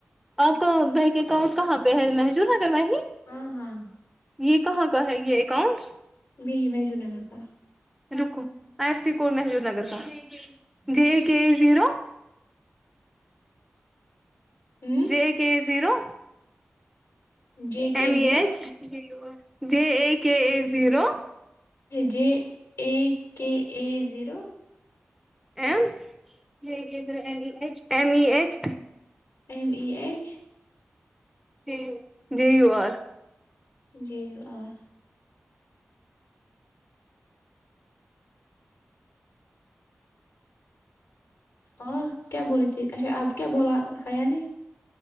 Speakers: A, on the left; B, in the centre.
A: اچھا
B: آپ کا بک اکاؤنٹ کہاں پہ پے ہیں محجور نگر میں ہی
A: ہاں ہاں
B: یہ کہاں کا ہے یہ اکاؤنٹ
A: بی ہی محشور نگر کا
B: رکو I F C code Mahjoor Nagar کا جے کے زیرو
A: ہ
B: J K zero
A: J
B: M
A: K zero
B: E H <unintelligible> جے ا K A zero
A: J A K A zero
B: M K K پھر M E H M E H
A: M E H
B: G G U R
A: G U R اور کیا بول رہی تھی اچھا آپ کیا بولا حیا نے